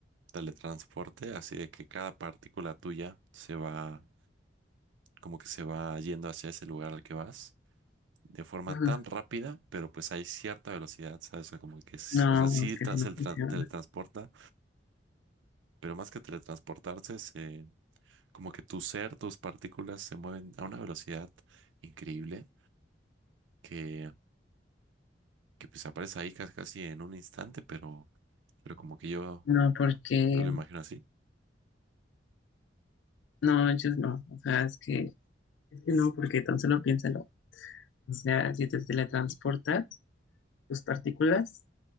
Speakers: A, on the right; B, on the left.
A: teletransporte, así de que cada partícula tuya se va, como que se va yendo hacia ese lugar al que vas, de forma
B: ujú,
A: tan rápida, pero pues hay cierta velocidad, ¿sabes? O sea, como que, s-
B: no,
A: o sea, sí
B: es que
A: tra-
B: así no
A: se
B: funciona.
A: tra- teletransporta, pero más que teletransportarse, se, como que tu ser, tus partículas se mueven a una velocidad increíble que, que pues aparece ahí casi, casi en un instante, pero, pero como que yo,
B: No, porque,
A: yo lo imagino así.
B: no, ellos no, o sea, es que, es que no, porque tan solo piénsalo. O sea, si te teletransportas, tus partículas,